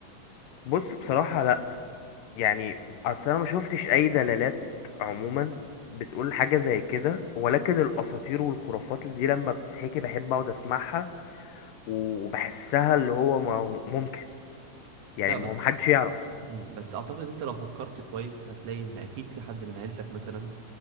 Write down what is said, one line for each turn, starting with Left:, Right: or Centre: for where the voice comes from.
Left: بص بصراحة لا يعني اصل انا ما شفتش اي دلالات عموما بتقول حاجة زي كده ولكن الاساطير والخرافات دي لما بتتحكي بحب اقعد اسمعها وبحسها اللي هو ما هو ممكن يعني
Right: لا بس
Left: ما هو محدش يعرف
Right: امم بس اعتقد انت لو فكرت كويس هتلاقي ان اكيد في حد من عيلتك مثلا